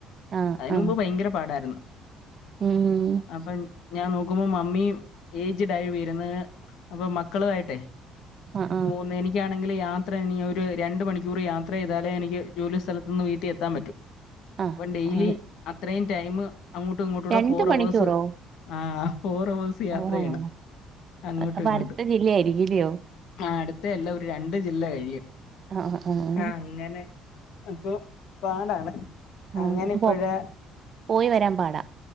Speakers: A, on the right; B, on the left.
A: ആഹ്
B: അതിനുമ്പ്
A: ആഹ്
B: ഭയങ്കര പാടായിരുന്നു
A: ഉം
B: അപ്പൊ ഞാൻ നോക്കുമ്പോ മമ്മീ ഏജ്ഡായി വര്ന്ന് അപ്പൊ മക്കളുവായിട്ടെ
A: ആഹ്
B: പോന്ന് എനിക്കാണെ ങ്കില് യാത്ര ഇനി ഒരു രണ്ട് മണിക്കൂർ യാത്രെയ്താല എനിക്ക് ജോലി സ്ഥലത്ത്ന്ന് വീട്ടിൽ എത്താൻ പറ്റു
A: ആഹ്
B: അപ്പം ഡെയ്ലി
A: ആഹ്
B: അത്രയും ടൈം അങ്ങോട്ടും ഇങ്ങോട്ടൂടെ
A: രണ്ട്
B: ഫോർ
A: മണിക്കൂറോ
B: അവേഴ്സ് ആഹ് ഫോർ അവേഴ്സ് യാത്രെയ്യണം
A: ഓഹ്
B: അങ്ങോട്ട്
A: അപ്പൊ
B: ഇങ്ങോട്ട്
A: അടുത്ത ജില്ലയായിരിക്കുംല്ലയോ
B: ആ അടു ത്തല്ല ഒരു രണ്ട് ജില്ല കഴിയും
A: ആഹ് ആഹ്
B: അങ്ങനെ അപ്പൊ പാടാണ്
A: ആഹ്
B: അങ്ങനെ
A: അപ്പൊ
B: ഇപ്പഴാ
A: പോയി വരാൻ പാടാ